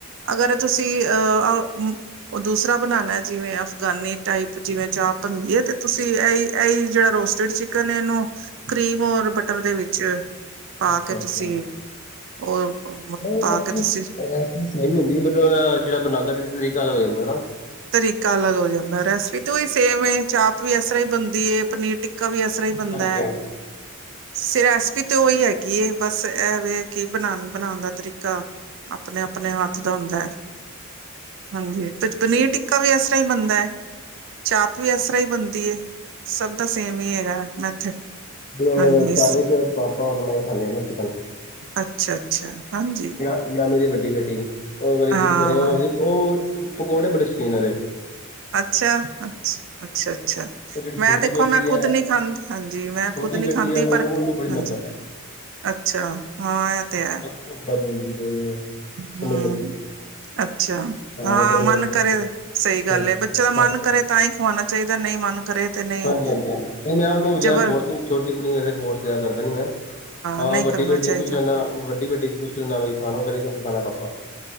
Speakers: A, on the right; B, on the left.
A: ਅਗਰ ਤੁਸੀਂ ਅਹ ਉਹ ਦੂਸਰਾ ਬਣਾਨਣਾ ਜਿਵੇਂ ਅਫਗਾਨੀ ਟਾਈਪ ਜਿਵੇਂ ਚਾਹ ਬਣਦੀ ਹੈ ਤੇ ਤੁਸੀਂ ਜਿਹੜਾ ਰੋਸਟ ਜਿਹੜੀ ਚਿਕਨ ਇਹਨੂੰ ਕਰੀਮ ਔਰ ਬਟਰ ਦੇ ਵਿੱਚ ਪਾ
B: ਅੱਛਾ
A: ਕੇ
B: ਅੱਛਾ
A: ਤੁਸੀਂ ਉਹ
B: ਸੇ
A: ਪਾ ਕੇ ਤੁਸੀਂ
B: ਹੁੰਦੀ ਮਤਲਬ ਜਿਹੜਾ ਬਣਾਉਦਾ ਤਰੀਕਾ ਅੱਗ ਹੋ ਜਾਂਦਾ
A: ਤਰੀਕਾ ਅਲੱਗ ਹੋ ਜਾਂਦਾ ਰੈਸਪੀ ਤੇ ਉਹੀ ਸੇਮ ਚਾਪ ਵੀ ਇਸ ਤਰ੍ਹਾਂ ਹੀ ਬਣਦੀ ਹੈ ਪਨੀਰ ਟਿੱਕਾ ਵੀ ਇਸ ਤਰ੍ਹਾਂ ਹੀ ਬੰਦਾ
B: ਹਾਂਜੀ
A: ਹੈ ਸ ਰੈਸਪੀ ਤੇ ਉਹੀ ਹੈਗੀ ਬਸ ਐਵੇ ਕੀ ਬਣਾ ਬਣਾਉਣ ਦਾ ਤਰੀਕਾ ਆਪਣੇ ਆਪਣੇ ਹੱਥ ਦਾ ਹੁੰਦਾ ਹੈ। ਹਾਂਜੀ ਤੇ ਪਨੀਰ ਟਿੱਕਾ ਵੀ ਇਸ ਤਰ੍ਹਾਂ ਹੀ ਬਣਦਾ ਹੈ ਚਾਪ ਵੀ ਇਸ ਤਰ੍ਹਾਂ ਹੀ ਬਣਦੀ ਹੈ। ਸਭ ਦਾ ਸੇਮ ਈ ਹੈਗਾ ਮੈਥਡ।
B: <unintelligible>
A: ਹਾਂਜੀ
B: ਸਾਰੇ 'ਚ ਪਾਪਾ ਔਰ ਮੈਂ ਈ ਖਾਂਦੇ ਹਾ ਨਾ ਚਿਕਨ।
A: ਅੱਛਾ-ਅੱਛਾ, ਹਾਂਜੀ।
B: ਯਾ ਮੇਰੀ ਵੱਡੀ ਬੇਟੀ, ਓ ਕਦੀ
A: ਹਾਂ
B: ਦਿਲ ਕਰੇ ਓ ਵੀ, ਓ ਪਕੌੜੇ ਬੜੇ ਸ਼ੌਕੀਨ ਓਦੇ।
A: ਅੱਛਾ, ਅੱਛ, ਅੱਛਾ-ਅੱਛਾ, ਮੈਂ
B: ਉਹ ਜਿਹੜੀ ਛੋਟੀ
A: ਮੈਂ ਦੇਖੋ
B: ਬੇਟੀ
A: ਮੈਂ
B: ਹੈ
A: ਖੁਦ ਨੀ ਖਾਂਦੀ, ਹਾਂਜੀ ਮੈਂ
B: ਛੋਟੀ
A: ਖੁਦ ਨੀ
B: ਬੇਟੀ
A: ਖਾਂਦੀ
B: ਹੈ ਉਹਨੂੰ
A: ਪਰ
B: ਉਹਨੂੰ ਬੜੀ
A: ਹਾਂਜੀ
B: ਨਫ਼ਰਤ ਹੈ
A: ਅੱਛਾ, ਹਾਂ ਐ ਤੇ ਹੈ।
B: <unintelligible>
A: ਹੂੰ।
B: ਸਮਝ ਲੱਗਦੀ
A: ਅੱਛਾ ਹਾਂ,
B: ਉਹ ਕਹਿੰਦੇ
A: ਮਨ ਕਰੇ ਸਹੀ ਗੱਲ
B: ਹਾਂਜੀ
A: ਏ ਬੱਚੇ
B: ਹਾਂਜੀ
A: ਦਾ
B: ਹਾਂਜੀ
A: ਮਨ ਕਰੇ ਤਾਂ ਈ ਹੋਨਾ ਚਾਈਦਾ ਨਈ ਮਨ ਕਰੇ ਤੇ ਨਹੀਂ
B: ਹਾਂਜੀ, ਹਾਂਜੀ, ਹਾਂਜੀ ਨਹੀਂ ਮੈਂ ਓਨੂੰ ਜ਼ਿਆਦਾ
A: ਜਬਰ
B: ਫੋਰਸ, ਛੋਟੀ ਕੁੜੀ ਫੋਰਸ ਜਾਦਾ ਕਰਦਾ ਨੀ ਮੈਂ। ਹਾਂ
A: ਨਹੀਂ
B: ਵੱਡੀ
A: ਕਰਨਾ
B: ਬੇਟੀ
A: ਚਾਹੀਦਾ
B: ਨੂੰ ਪੁੱਛ ਲੈਂਨਾ, ਵੱਡੀ ਬੇਟੀ ਨੂੰ ਪੁੱਛ ਲੈਂਨਾ ਬਈ ਖਾਨਾ ਕੇ ਨਈ ਖਾਨਾ, ਹਾਂ ਪਾਪਾ।